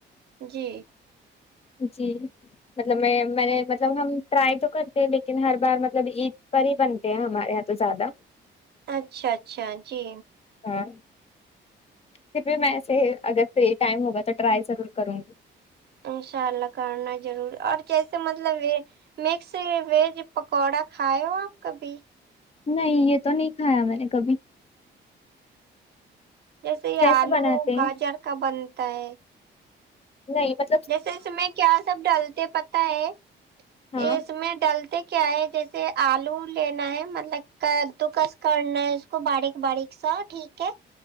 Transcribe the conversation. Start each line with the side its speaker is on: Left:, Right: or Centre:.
Right: جی
Left: جی مطلب میں میں نے مطلب ہم ٹرائی تو کرتے لیکن ہر بار مطلب عید پر ہی بن ت ہے ہمارے یہاں تو زیادہ
Right: اچھا اچھا جی
Left: ہاں پھر بھی میں ایسے اگر فری ٹائم ہوگا تو ٹرائی ضرور کروں گی
Right: انشاء اللہ کرنا ضرور اور جیسے مطلب یہ مکس یہ ویج پکوڑا کھائے ہو آپ کبھی
Left: نہیں یہ تو نہیں کھایا میں نے کبھی
Right: جیسے یہ
Left: کیسے
Right: آلو
Left: بناتے ہیں
Right: گاجر کا بنتا ہے
Left: نہیں مت
Right: جیسے اس میں کیا سب ڈلتے پتہ ہے
Left: یہاں۔
Right: اس میں ڈلتے کیا ہے جیسے آلو لینا ہے مطلب کدو کس کرنا ہے اس کو باریک باریک سا ٹھیک کے